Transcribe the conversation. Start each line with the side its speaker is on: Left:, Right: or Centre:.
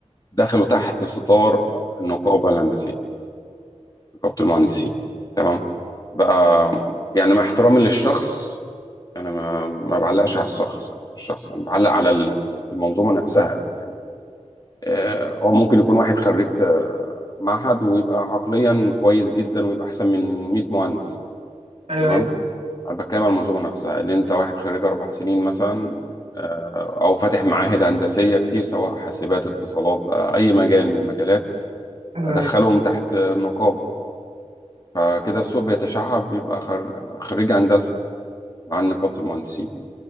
Left: دخلوا تحت ستار النقابه الهندسيه نقابه المهندسين تمام بقى يعني مع احترامي للشخص انا ما ما بعلقش على الشخص الشخص انا بعلق على ال- المنظومه نفسها يعني آه، هو ممكن يكون واحد خريج آه، معهد ويبقى عقليا كويس جدا ويبقى احسن من 100 مهندس
Right: ايوه
Left: تمام
Right: ايوه
Left: انا بتكلم على المنظومه نفسها ان انت واحد خريج اربع سنين مثلا آه، او فاتح معاهد هندسيه كتير سواء حاسبات اتصالات بقى اي مجال من المجالات
Right: ايوه
Left: ادخلهم
Right: ايوه
Left: تحت آه، النقابه فكده السوق بيتشعب بيبقى خر- خريج هندسه مع نقابه المهندسين